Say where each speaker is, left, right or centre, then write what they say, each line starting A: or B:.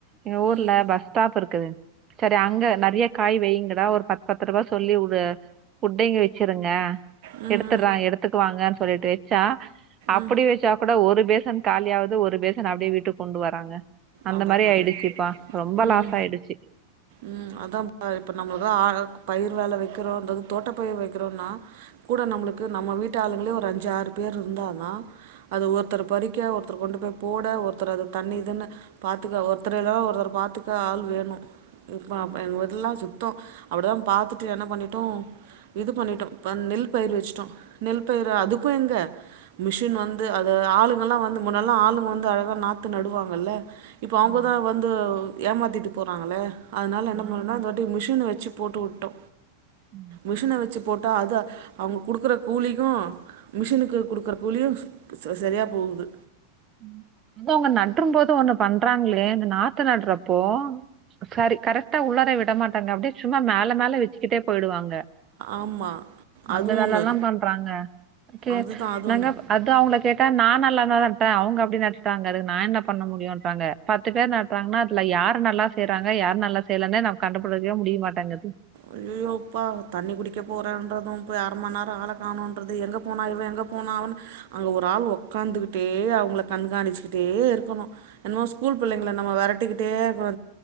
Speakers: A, on the right (about 30°); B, on the right (about 50°).
A: எங்க ஊர்ல
B: ம்
A: பஸ் ஸ்டாப் இருக்குது செரி அங்க நறியா காய் வெய்ங்கடா ஒரு பத் பத் ருபா சொல்லி உடு உட்டிங்க வெச்சிருங்க
B: ம்
A: எடுத்தர்றா எடுத்துக்குவாங்கன் சொல்லிட்டு ச்சா அப்டி
B: ம்
A: வெச்சா கூட ஒரு பேசன் ஆவுது ஒரு பேசன் அப்டே வீட்டுக் கொண்டு வராங்க அந்த
B: அடக்கடவு
A: மாரி ஆயிடுச்சுப்பா ரொம்ப
B: ம்
A: லாஸ்
B: ம்
A: ஆயிடுச்சு
B: ம் அதாம்ப்பா இப்ப நம்மளுக்ளா அ அ பயிர் வேலே வெக்கிறோன்றது தோட்ட பயிர் வெக்கிறோன்னா கூட நம்மளுக்கு நம்ம வீட்டு ஆளுங்களே ஒரு அஞ்சு ஆறு பேர் இருந்தாதா அது ஒருத்தர் பறிக்க ஒருத்தர் கொண்டு போய் போட ஒருத்தர் அது தண்ணிதுன்னு பாத்துக்கா ஒருத்தர் இல்லன ஒருத்தர் பாத்துக்கா ஆள் வேணு இப்ப அப்
A: ஆமா
B: எங்கவீட்லா சுத்தோ அப்டிதா பாத்துட்டு என்ன பண்ணிட்டோ இது பண்ணிட்டோ ப நெல் பயிர் வெச்சுட்டோ நெல் பயிர அதுக்கு எங்க மிஷின் வந்து அத ஆளுங்கல்லா வந்து முன்னெல்லா ஆளுங்க வந்து அழகா நாத்து நடுவாங்கல்ல இப்போ அவுங்கதா
A: ஆமா
B: வந்து ஏமாத்திட்டு போறாங்கள்ல அதுனால என்ன <unintelligible>
A: ஆமாம்ப்பா
B: இந்த வாட்டி மிஷின வெச்சு போட்டு உட்டோ
A: ம்
B: மிஷின வெச்சி போட்டா அது அவுங்க குடுக்கற கூலிக்கூ மிஷினுக்கு குடுக்குற கூலியுஸ் செ செரியா போகுது
A: ம் அது அவுங்க நட்ரும் போது ஒன்னு பண்றாங்ளே இந்த நாத்து நட்றப்போ சரி கரெக்ட்டா உள்ளாரயே விட மாட்டாங்க அப்டே சும்மா மேல மேல வெச்சுக்கிட்டே போயிடுவாங் க
B: ஆமா
A: அந்த
B: அது
A: வேலை
B: ஒன்னு
A: எல்லாம் பண்றாங்க கே
B: அதுதா அது
A: நாங்க
B: ஒன்னு
A: அத்தா அவுங்ள கேட்டா நா நல்லாந்தாதா ங்க அப்டி நட்டுட்டாங்க அதுகு நா என்ன பண்ண முடியுன்றாங்க பத்து பேர் நட்றாங்கன்னா அதுல யார் நல்லா செய்றாங்க யார் நல்லா செய்யலனே நம் கண்டுபுடிக்கவே முடிய மாட்டங்கிது
B: அய்யயோ அப்பா தண்ணி குடிக்க போறேன்றதும் போயி அர மண் நேரோ ஆள காணோன்றது எங்க போனா இவ எங்க போன அவன் அங்க ஒரு ஆள் ஒக்காந்துகிட்டே அவுங்கள கண்காணிச்சுகிட்டே இருக்கணு என்மோ ஸ்கூல் பிள்ளைங்கள நம்ம வெரட்டிக்கிட்டேருக்கவ